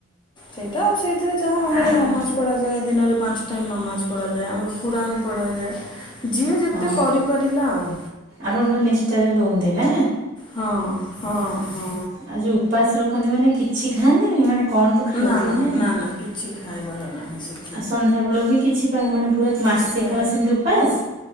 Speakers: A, on the left (about 20°); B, on the right (about 40°).
A: ସେଇଟା ଆଉ ସେଇଥିରେ ଯାହା ଆମର
B: ଆଉ
A: ନମାଜ୍ ପଢ଼ାଯାଏ ଦିନରେ ପାଞ୍ଚ ଟାଇମ୍ ନମାଜ ପଢାଯାଏ ଆମର କୁରାନ୍ ପଢ଼ାଯାଏ ଯିଏ ଯେତେ
B: ହଁ
A: କରିପାରିଲା ଆଉ
B: ଆପଣ ପୁରା ନିଷ୍ଠାରେ ରୁହନ୍ତି ନା
A: ହଁ ହଁ। ହଁ
B: ଆ ଯୋଉ ଉପାସ ରଖନ୍ତି ମାନେ କିଛି ଖାଆନ୍ତିନି ମାନେ କଣ ତ ଖାଉଥିବେ
A: ନା ନା
B: ନାହିଁ
A: ନା ନା କିଛି ଖାଇବାର ନାହିଁ ସେ
B: ଆଉ ସନ୍ଧ୍ୟାବେଳକୁ ବି କିଛି ମାନେ ପୁରା
A: କିଛି
B: ମାସେ
A: ଖାଇ
B: କାଳ ସେମିତି ଉପାସ